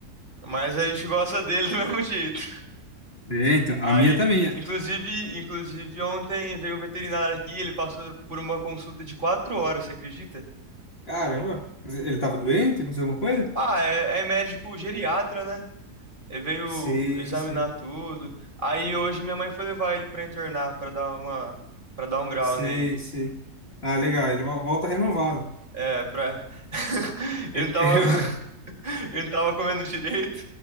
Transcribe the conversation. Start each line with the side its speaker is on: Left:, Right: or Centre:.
Right: mas a gente gosta dele do <laughs> mesmo jeito.
Left: É, então,
Right: Aí,
Left: a minha também é.
Right: inclusive, inclusive ontem veio um veterinário aqui, ele passou por uma consulta de quatro horas, você acredita?
Left: Caramba, mas ele tava doente, aconteceu alguma coisa?
Right: Ah, é, é médico geriatra, né? Ele veio
Left: Sei,
Right: examinar
Left: sei.
Right: tudo. Aí hoje minha mãe foi levar ele pra internar, pra dar uma, para dar um grau
Left: Sei,
Right: nele.
Left: sei. Ah, legal. Ele vol- volta renovado.
Right: É, pra... <laughs> ele
Left: Ele,
Right: não tava,
Left: <laughs> ele
Right: <laughs>
Left: vai...
Right: ele não tava comendo direito.